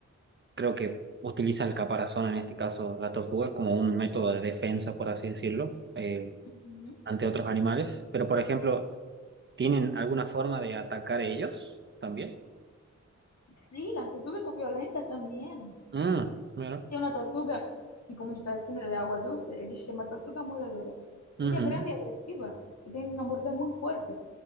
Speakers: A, on the right (about 40°); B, on the left (about 60°).
A: creo que utiliza el caparazón, en este caso la tortuga, como un método de defensa, por así decirlo, eh,
B: ujú.
A: ante otros animales. Pero, por ejemplo, ¿tienen alguna forma de atacar ellos también?
B: Sí, las tortugas son violentas también.
A: Mm, mira.
B: Tiene una tortuga, y como yo estaba diciendo, de agua dulce, ella se llama tortuga mordedora.
A: Ujú.
B: Ella es grande y agresiva, y tiene una mordida muy fuerte.